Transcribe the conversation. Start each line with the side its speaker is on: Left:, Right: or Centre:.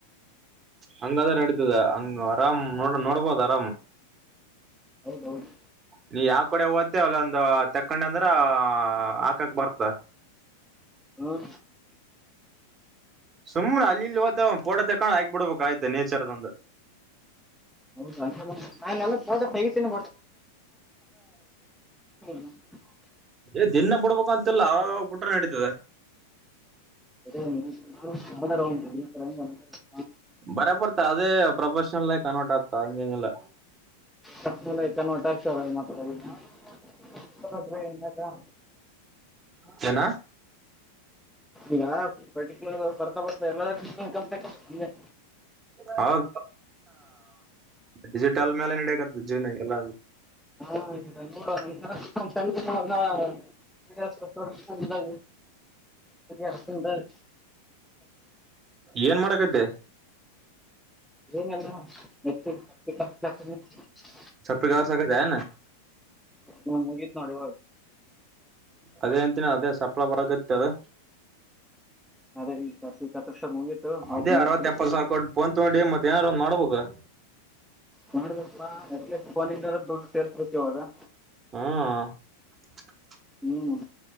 Right: ಹಂಗದ್ರ ನಡೀತದ ಹಂಗ ಆರಾಮ್ ನೋಡ ನೋಡ್ಬೋದು ಆರಾಮ್
Centre: ಹೌದೌದು
Right: ನೀ ಯಾವ ಕಡೆ ಓಯ್ತಿಯೋ ಅಲ್ಲೊಂದು ತಕ್ಕೊಂಡೆ ಅಂದ್ರ ಹಾಕಕ್ ಬರ್ತ
Centre: ಹ
Right: ಸುಮ್ನೆ ಅಲ್ಲಿ ಇಲ್ಲಿ ಹೋತ ಪೋಟೋ ತಕೊಂಡ್ ಹಾಕ ಬಿಡ್ಬೇಕ ಆಯ್ತು ನೇಚರ್ ಒಂದು
Centre: ಹೌದ ನಾನೆಲ್ಲ ಫೋಟ ತಗಿತೀನಿ <unintelligible>
Right: ಏ ದಿನ ಬಿಡ್ಬೇಕು ಅಂತಿಲ್ಲ ಅವಾಗ ಬುಟ್ರ ನಡತದೆ
Centre: <unintelligible>
Right: ಬರ ಬರ್ತ ಅದೇ ಪ್ರೊಫೆಷನಲ್ ನೈ ಕನ್ವರ್ಟ್ ಆಗ್ತ ಹಂಗಂಗಗೆಲ್ಲ
Centre: ಕಟರ್ಷ ಮಾ <unintelligible>
Right: ಜನ
Centre: ಈಗ ಪರ್ಟಿಕ್ಯುಲರ್ ಬರ್ತಾ ಬರ್ತಾ ಇನ್ಕಮ್ ಟಕ್ ಸುಮ್ಮನೆ
Right: ಹೌದು ಡಿಜಿಟಲ್ ಮೇಲೆ ನಡಕತದ ಜೀವನ ಎಲ್ಲ
Centre: ಹಾೋಡ <unintelligible> ರಿ ಹಾಕನ್್ರ <unintelligible>
Right: ಏನ್ ಮಾಡಕತ್ತೆ
Centre: ಏನಲ್ಲ ಮ <unintelligible>
Right: ಸಪ್ಪಿಗ ಸಕಾಯ
Centre: ನಾ ಮುಗೀತ್ ನೋಡಿ ಇವಾಗ
Right: ಅದೇ ಅಂತಿನ ಅದೇ ಸಪ್ಲಾ ಬರಕತ್ತಿ ಅದು
Centre: ಅದೇ ಈ ಸಪ್ಪೆ ಕತ್ತರ್ಸೋದು ಮುಗೀತು ಅವಕ್ಕೆ
Right: ಅದೇ
Centre: ನೀರು
Right: ಅರವತ್ತ
Centre: ಕುಡಿಸಿ
Right: ಎಪ್ಪತ್ತು ಸಾವಿರ ಕೊಟ್ಟು ಫೋನ್ತ್ಗೊಂಡಿ ಮತ್ತ ಏನಾರು ಒಂದು ಮಾಡ್ಬೇಕು
Centre: ನೋಡ ಅಟ್ಫೋನಿಂದ್ರೆ ದದುಡ್ಡ ಸೇರ್ಸ್ಕಡ್ತತಿವಾಗ
Right: ಹ್ಮ
Centre: ಹ್ಮ್